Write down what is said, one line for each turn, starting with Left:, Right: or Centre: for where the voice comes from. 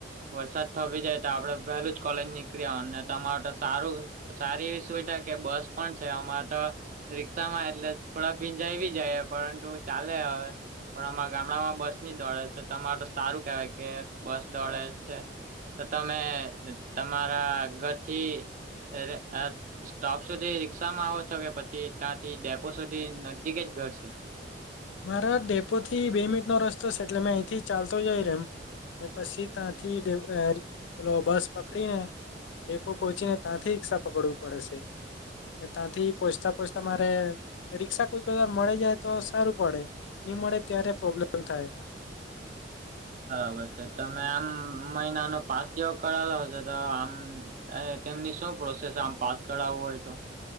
Right: વરસાદ થોભી જાય તો આપડે પહેલું જ કોલેજ નીકળી આવાનું. તમારે તો સારું સારી એવી સુવિધા કે બસ પણ છે અમારે તો. રિક્ષામાં એટલે થોડા ભીંજાય વી જાય પરંટુ ચાલે હવે પણ અમારા ગામડામાં બસ ની દોડે છે તમારે તો સારું કેવાય કે બસ દોડે છે. તો તમે તમારા ઘરથી ર અ સ્ટોપ સુધી રિક્ષામાં આવો છો કે પછી તાંથી ડેપો સુધી નજદીકે જ ઘર છે.
Left: મારા ડેપો થી બે મિનિટનો રસ્તો સે એટલે મેં અહીંથી ચાલતો જેય રેમ. ને પસી તાંથી ડે પેલો બસ પકડીને ડેપો પહોંચીને તાંથી રિક્ષા પકડવું પડે સે તો તાંથી પોસતા પોસતા મારે રી્ષા કોઈ કોઈ વાર મળી જાય તો સારું પડે ની મડે ત્યારે પ્રોબ્લેમ થાય
Right: બરાબર છે તમે આમ મહિનાનો પાસ જેવો કઢાવેલો હોતે તો આમ અ તેમની શું પ્રોસેસ આમ પાસ કઢાવવો હોય તો